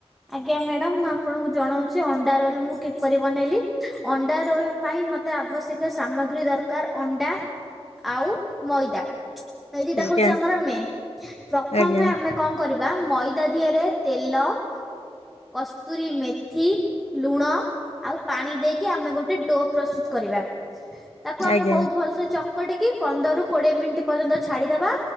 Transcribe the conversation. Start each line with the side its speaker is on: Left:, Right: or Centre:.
Centre: ଆଜ୍ଞା ମ୍ୟାଡ଼ାମ ମୁଁ ଆପଣଙ୍କୁ ଜଣଉଚି ଅଣ୍ଡା ରୋଲ ମୁଁ କିପରି ବନେଇଲି? ଅଣ୍ଡା ରୋଲ ପାଇଁ ମତ୍ ତେ ଆବଶ୍ୟକ ସାମଗ୍ରୀ ଦରକାର ଅଣ୍ଡା ଆଉ ମଇଦା ଏଇ ଦିଟା
Left: ଆଜ୍ଞା
Centre: ହଉଛି ଆମର ମେନ୍। ପ୍ରଥମେ
Left: ଆଜ୍ଞା
Centre: ଆମେ କଣ କରିବା ମଇଦା ଦିହରେ ତେଲ କସ୍ତୁରୀ ମେଥି, ଲୁଣ ଆଉ ପାଣି ଦେଇକି ଆମେ ଗୋଟେ ଡୋ ପ୍ରସ୍ତୁତ କରିବା। ତାକୁ ଆମେ
Left: ଆଜ୍ଞା
Centre: ବହୁତ୍ ଭଲସେ ଚ ଚକଟିକି ପନ୍ଦରରୁ କୋଡିଏ ମିନିଟ୍ ପର୍ଯ୍ୟନ୍ତ ଛାଡିଦବା।